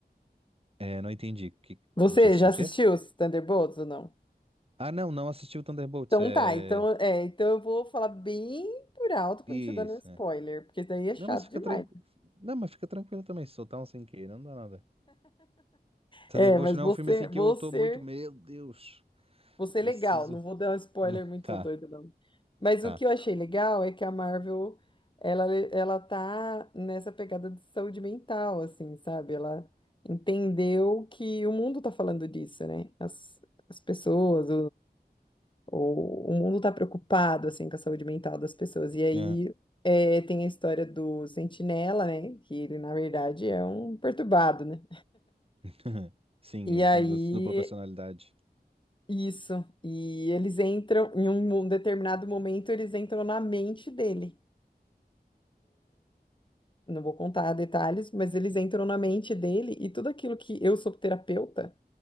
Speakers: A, on the right; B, on the left.
A: É, não entendi. Que...
B: Você
A: Já assistiu
B: já assistiu
A: o quê?
B: os Thunderbolts ou não?
A: Ah, não, não assisti o Thunderbolts.
B: Então
A: É.
B: tá, então, é, então eu vou falar bem por alto pra
A: Isso,
B: não te dar nenhum spoiler,
A: é.
B: porque isso daí é chato
A: Não, mas fica
B: demais.
A: tranquilo. Não, mas fica tranquilo também, se soltar um sem querer, não dá nada. Thunderbolts
B: É, mas
A: não
B: vou
A: é um filme
B: ser,
A: assim que
B: vou
A: eu tô
B: ser,
A: muito. Meu Deus,
B: vou ser
A: preciso.
B: legal, não vou dar um spoiler
A: <laughs>
B: muito
A: Tá,
B: doido, não. Mas
A: tá.
B: o que eu achei legal é que a Marvel, ela, ela tá nessa pegada de saúde mental, assim, sabe? Ela entendeu que o mundo tá falando disso, né? As, as pessoas, O, o mundo está preocupado assim com a saúde mental das pessoas. E aí
A: Ah,
B: é, tem a história do Sentinela, né? Que ele na verdade é um perturbado, né?
A: <laughs> Sim,
B: E
A: ele
B: aí
A: tem duas- dupla personalidade.
B: isso. E eles entram em um, um determinado momento, eles entram na mente dele. Não vou contar detalhes, mas eles entram na mente dele e tudo aquilo que eu sou terapeuta.